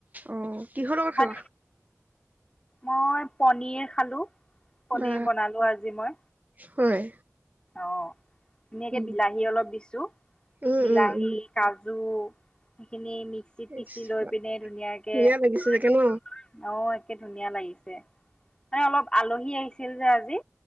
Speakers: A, on the right; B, on the left.
A: অ'। কিহৰ লগত
B: ভাত
A: খালা?
B: মই প পনীৰ খালো। পনীৰ
A: বা
B: বনালো আজি মই।
A: হয়।
B: অ' ধুনীয়াকে
A: উম,
B: বিলাহী অলপ দিছো।
A: উম,
B: বিলাহী,
A: উম, উম।
B: কাজু সেইখিনি মি মিক্সিত পিচি
A: ইচ
B: লৈ
A: ৰাম,
B: পিনে ধুনীয়াকে,
A: ধুনীয়া লাগিছে
B: <unintelligible>
A: চাগে ন?
B: অ' একে ধুনীয়া লাগি <unintelligible> মানে অলপ আলহী আহিছিল যে আজি